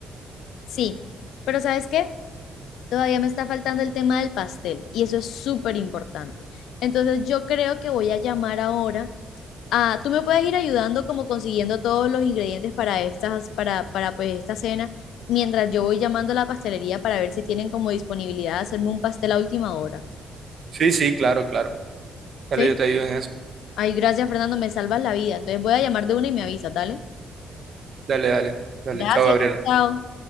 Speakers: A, on the left; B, on the right.
A: Sí, pero ¿sabes qué? Todavía me está faltando el tema del pastel y eso es súper importante. Entonces yo creo que voy a llamar ahora a, tú me puedes ir ayudando como consiguiendo todos los ingredientes para estas, para, para pues esta cena, mientras yo voy llamando a la pastelería para ver si tienen como disponibilidad de hacerme un pastel a última hora.
B: Sí, sí, claro, claro. Dale,
A: ¿Sí?
B: yo te ayudo en eso.
A: Ay, gracias Fernando, me salvas la vida. Entonces voy a llamar de una y me avisas, dale.
B: Dale, dale, dale,
A: Gracias,
B: chao, Gabriela.
A: chao.